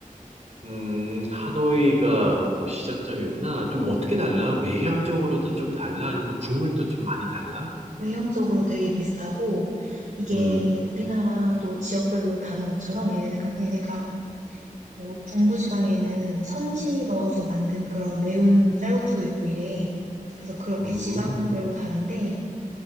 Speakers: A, on the right; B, on the right.
A: 음, 하노이가 그 시작점이구나. 좀 어떻게 달라? 외향적으로도 좀 달라? 아니면 국물도 좀 많이 달라?
B: 외형적으로 되게 비슷하고 이게
A: 음,
B: 우리나라도 지역별로 다른 것처럼 얘네가 얘네가 뭐 중부지방에는 선지 넣어서 만든 그런 매운 쌀국수도 있고 이래. 그래서 그렇게
A: 음,
B: 지방별로 다른데